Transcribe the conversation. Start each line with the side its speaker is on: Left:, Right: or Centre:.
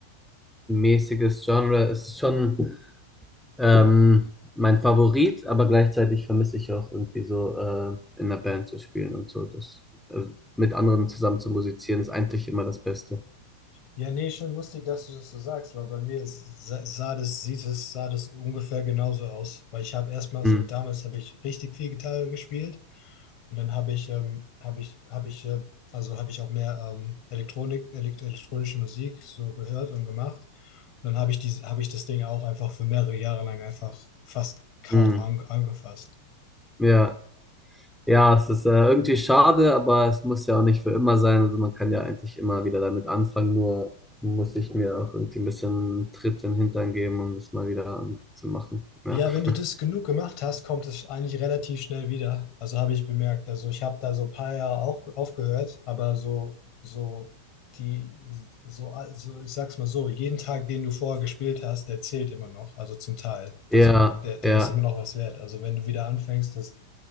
Centre: Hip-Hop-mäßiges Genre ist schon ähm, mein Favorit, aber gleichzeitig vermisse ich auch irgendwie so äh, in der Band zu spielen und so. Das, also mit anderen zusammen zu musizieren ist eigentlich immer das Beste.
Left: Ja, nee, schon lustig, dass du das so sagst, weil bei mir sa- sah das, sieht es, sah das ungefähr genauso aus. Weil ich habe erstmal
Centre: Hm.
Left: so, damals habe ich richtig viel Gitarre gespielt und dann habe ich, ähm, habe ich, habe ich, äh, also habe ich auch mehr ähm, Elektronik, elekt elektronische Musik so gehört und gemacht. Und dann habe ich die, habe ich das Ding auch einfach für mehrere Jahre lang einfach fast kaum
Centre: Hm.
Left: an, angefasst.
Centre: Ja. Ja, es ist äh, irgendwie schade, aber es muss ja auch nicht für immer sein. Also man kann ja eigentlich immer wieder damit anfangen, nur muss ich mir auch irgendwie ein bisschen einen Tritt in den Hintern geben, um das mal wieder an- zu machen. Ja.
Left: Ja, wenn du
Centre: <laughs>
Left: das genug gemacht hast, kommt es eigentlich relativ schnell wieder. Also habe ich bemerkt. Also ich habe da so ein paar Jahre auf, aufgehört, aber so, so die, so, also ich sag's mal so, jeden Tag, den du vorher gespielt hast, der zählt immer noch. Also zum Teil. Also
Centre: Ja,
Left: der, der
Centre: ja,
Left: ist immer noch was wert. Also wenn du wieder anfängst, das,